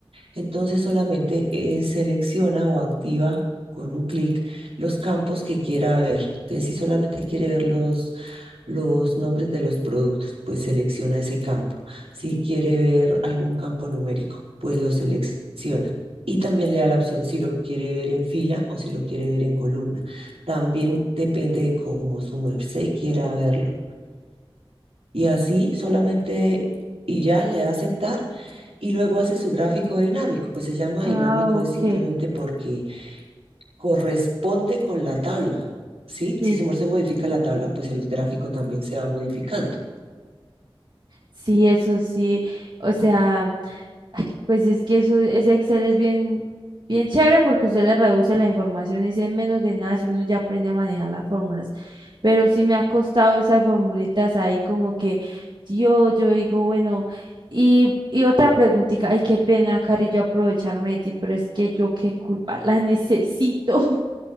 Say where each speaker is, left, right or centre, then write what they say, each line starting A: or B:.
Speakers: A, on the right; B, on the right.
A: Entonces solamente eh, selecciona o activa con un clic los campos que quiera ver. Entonces, si solamente quiere ver los los nombres de los productos, pues selecciona ese campo. Si quiere ver algún campo numérico, pues lo selecciona. Y también le da la opción si lo quiere ver en fila o si lo quiere ver en columna. También depende de cómo su merced quiera verlo. Y así solamente y ya le da aceptar y luego hace su gráfico dinámico. Pues se llama
B: ah,
A: dinámico
B: ok.
A: es simplemente porque corresponde con la tabla, ¿sí?
B: Sí,
A: Si su humor
B: sí.
A: se modifica la tabla, pues el gráfico también se va modificando.
B: Sí, eso sí. O sea. Pues es que eso, ese Excel es bien, bien chévere porque usted le reduce la información y dice "En menos de nada si uno ya aprende a manejar las fórmulas. Pero sí me ha costado esas formulitas ahí como que yo, yo digo, bueno, y, y otra preguntita, ay, qué pena, Cari, yo aprovecharme de ti, pero es que yo qué culpa, la necesito. <laughs>